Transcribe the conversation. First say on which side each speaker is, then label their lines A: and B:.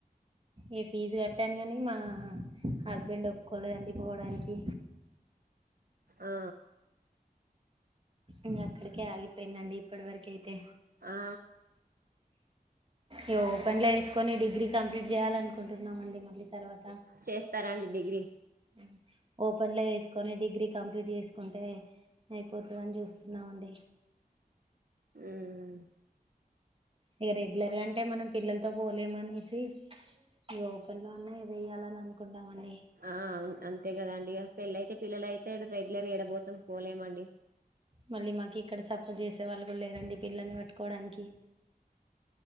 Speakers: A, on the right (about 35°); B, on the right (about 70°).
A: ఏ ఫీజ కట్ట అనిగానీ మా హస్బెండ్ ఒప్పుకోలేదండి పోవడానికి
B: ఆ
A: ఇంకా అక్కడికే ఆగిపోయిందండి ఇప్పటి వరకై తే
B: ఆ
A: ఇగ ఓపెన్లో వేసుకొని డిగ్ డిగ్రీ కంలీట్ చేయాలనుకుంటున్నామండి మళ్ళీ తర్వాత
B: చేస్తారాండి డిగ్రీ
A: ఉమ్ ఓపెన్ లో వేసుకొని డిగ్రీ కంప్లీట్ చేసుకుంటే అయిపోతాది అని చూస్తున్నామండి
B: ఉమ్
A: ఇక రెగ్యులర్ గా అంటే మనం పిల్లలతో పోలేమనేసి ఇక ఓపెన్ లో అన్నా ఇవి వయ్యాలని అనుకునమండీ
B: ఆ అవును అంతే కద అండిక పెళ్ళ అయితే పిల్లల అయితే రెగ్యులర్గా ఏడాపోతాం పోలేమండి
A: మళ్ళీ మాకు ఇక్కడ సపోర్ట్ చేసే వాళ్ళు కూడా లేరండి పిల్లల్ని పట్టుకోవడానికి